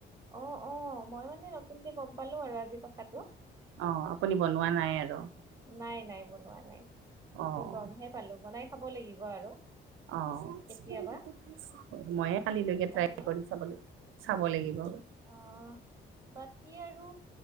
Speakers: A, on the right; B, on the right.
A: অ অ মই মানে নতুনকে গম পালো আৰু আজি কথাটো।
B: অ আপুনি বনোৱা নাই আৰু
A: নাই নাই বনোৱা নাই
B: অ'।
A: আজি গমহে পালো বনাই খাব লাগিব আৰু
B: অ মইয়ে
A: কেতিয়াবা
B: কালিলৈকে
A: তাকে
B: ট্ৰাই কৰি চাব লে চাব লাগিব।
A: অহ বাকী আৰু